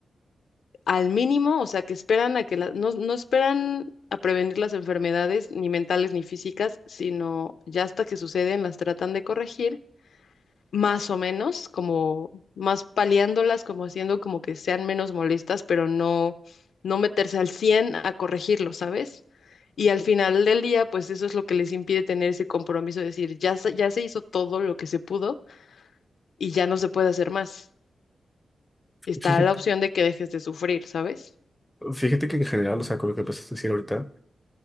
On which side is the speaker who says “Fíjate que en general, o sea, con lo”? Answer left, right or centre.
Centre